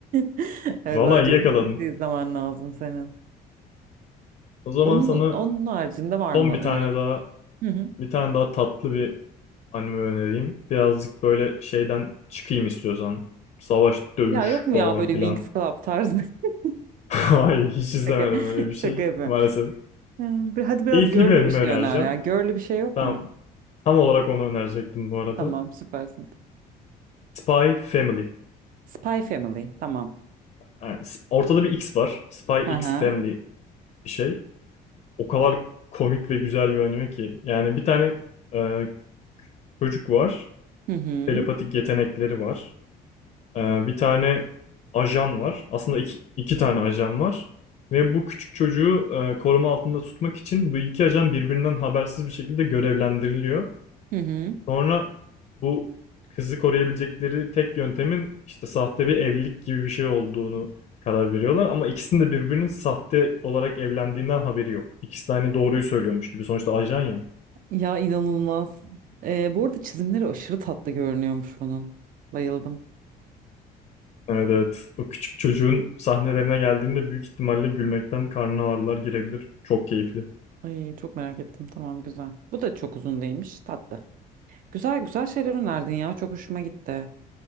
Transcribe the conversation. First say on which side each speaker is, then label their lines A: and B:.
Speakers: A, on the right; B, on the left.
A: <laughs> Evet
B: Valla
A: bence
B: iyi yakaladın.
A: kesinlikle izlemen lazım senin.
B: O zaman
A: Onun,
B: sana
A: onun haricinde var
B: son
A: mı
B: bir
A: önerebileceğin?
B: tane daha
A: Hı hı.
B: Bir tane daha tatlı bir anime önereyim. Birazcık böyle şeyden çıkayım istiyorsan. Savaş, dövüş
A: Ya yok mu
B: falan
A: ya böyle
B: filan.
A: wings Club tarzı? <laughs>
B: <laughs> Ay hiç izlemedim
A: Şaka,
B: öyle bir şey
A: şaka yapıyorum.
B: maalesef.
A: Ee, bir- Hadi biraz
B: Keyifli
A: girly
B: bir anime
A: bir şey
B: önereceğim.
A: öner ya. Girly bir şey yok
B: Tam,
A: mu?
B: tam olarak onu önerecektim bu arada.
A: Tamam süpersin.
B: Spy Family.
A: Spy Family tamam.
B: Yani sp- ortada bir X var. Spy
A: Hı
B: X
A: hı.
B: Family bir şey. O kadar komik ve güzel bir anime ki. Yani bir tane e, çocuk var.
A: Hı hı.
B: Telepatik yetenekleri var. Ee, bir tane ajan var. Aslında iki, iki tane ajan var. Ve bu küçük çocuğu e, koruma altında tutmak için bu iki ajan birbirinden habersiz bir şekilde görevlendiriliyor.
A: Hı hı.
B: Sonra bu kızı koruyabilecekleri tek yöntemin işte sahte bir evlilik gibi bir şey olduğunu karar veriyorlar. Ama ikisinin de birbirinin sahte olarak evlendiğinden haberi yok. İkisi de hani doğruyu söylüyormuş gibi. Sonuçta ajan ya.
A: Ya inanılmaz. Ee, bu arada çizimleri aşırı tatlı görünüyormuş onun. Bayıldım.
B: Evet evet. O küçük çocuğun sahnelerine geldiğinde büyük ihtimalle gülmekten karnına ağrılar girebilir. Çok keyifli.
A: Ay çok merak ettim. Tamam güzel. Bu da çok uzun değilmiş. Tatlı. Güzel güzel şeyler önerdin ya. Çok hoşuma gitti.